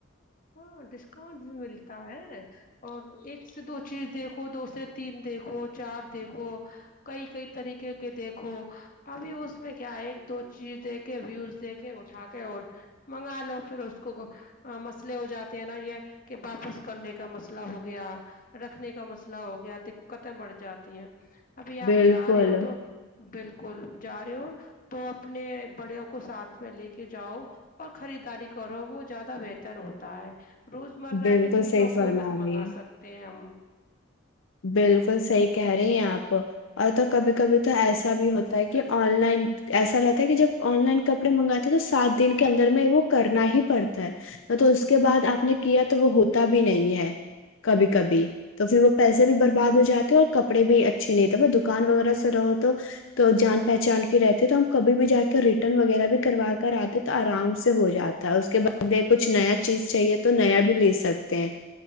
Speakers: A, on the left; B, on the left.
A: ہاں ڈسکاؤنٹ بھی ملتا ہے اور ایک سے دو چیز دیکھو دوست سے تین دیکھو چار دیکھو کئی کئی طریقے کے دیکھو ابھی اس میں کیا ایک دو چیز دیک کے ویوز دیک کے اٹھا کے اور منگا لو پھر اس کو اسلے ہو جاتے ہیں نا یہ کہ واپس کرنے کا مسئلہ ہو گیا رکھنے کا مسئلہ ہو گیا دقتیں بڑھ جاتی ہیں ابھی آپ
B: بالکل
A: جا رہے ہو تو بالکل جا رہے ہو تو اپنے بڑےوں کو ساتھ میں لے کے جاؤ اور خریداری کرو وہ زیادہ بہتر ہوتا ت <unintelligible> روزمرہ
B: بالکل
A: کی چیزوں
B: صحیح فرما
A: کو بس
B: رہی
A: منگا
B: ہے
A: سکتے ہیں ہم
B: بالکل صحی کہہ رہی ہیں آپ اور تو کبھی کبھی تو ایسا بھی ہوتا ہے کہ آن لائن ایسا رہتا ہے کہ جب آن لائن کپڑے منگاتے تو سات دن کے اندر میں وہ کرنا ہی پڑتا ہے تو اس کے بعد آپ نے کیا تو وہ ہوتا بھی نہیں ہے کبھی کبھی تو پھر وہ پسے بھی برباد ہو جاتے ہیں اور کپڑے بھی اچھے نہیں تھ دکان وغیرہ سے رہو تو تو جان پہچان کی رہتی تو ہم کبھی بھی جا کے ریٹرن وغیرہ بھی کروا کر آتے تو آرام سے ہو جاتا ہے اس کے بعد کچھ نیا چیز چاہیے تو نیا بھی لے سکتے ہیں